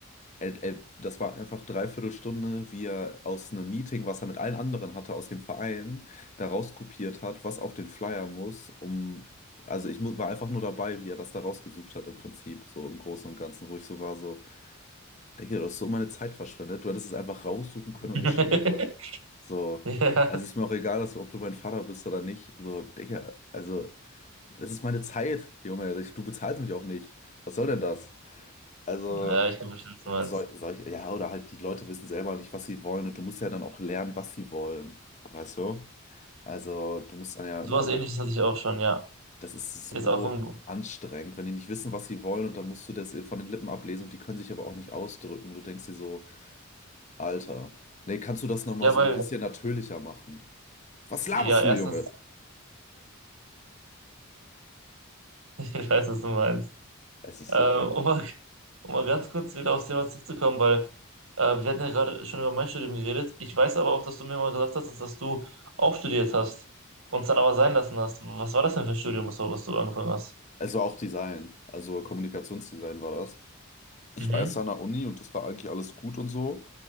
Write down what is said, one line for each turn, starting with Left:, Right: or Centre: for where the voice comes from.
Left: Ä- ä- das war einfach dreiviertel Stunde, wie er aus einem Meeting, was er mit allen anderen hatte, aus dem Verein, da rauskopiert hat, was auf den Flyer muss, um. Also ich mu- war einfach nur dabei, wie er das da rausgesucht hat im Prinzip, so im Großen und Ganzen, wo ich so war, so. Denke, du hast so meine Zeit verschwendet. Du hättest es einfach raussuchen können und
Right: <laughs>
Left: mir schicken können. So,
Right: Ja.
Left: also ist mir auch egal, dass du, ob du mein Vater bist oder nicht. So, Digga, also, das ist meine Zeit, Junge. Ich- Du bezahlst mich auch nicht. Was soll denn das? Also,
Right: Ja, ich kann verstehen, was du meinst.
Left: soll, soll ich, ja, oder halt die Leute wissen selber nicht, was sie wollen und du musst ja dann auch lernen, was sie wollen. Weißt du? Also, du musst dann ja
Right: Sowas
Left: immer so,
Right: Ähnliches hatte ich auch schon, ja.
Left: das ist so
Right: Jetzt auch im,
Left: anstrengend, wenn die nicht wissen, was sie wollen und dann musst du das von den Lippen ablesen und die können sich aber auch nicht ausdrücken. Und du denkst dir so, Alter. Nee, kannst du das nochmal
Right: ja,
Left: so
Right: weil,
Left: ein bisschen natürlicher machen? Was
Right: ja,
Left: laberst
Right: erstens,
Left: du, Junge?
Right: <laughs> ich weiß, was du meinst.
Left: Es ist
Right: Äh,
Left: so dumm.
Right: um mal, um mal ganz kurz wieder aufs Thema zurückzukommen, weil äh, wir hatten ja gerade schon über mein Studium geredet. Ich weiß aber auch, dass du mir mal gesagt hast, dass, du auch studiert hast und es dann aber sein lassen hast. Was war das denn für ein Studium, was, du- was du angefangen hast?
Left: Es war auch Design. Also Kommunikationsdesign war das. Ich
Right: Mhm.
Left: war erst an der Uni und das war eigentlich alles gut und so.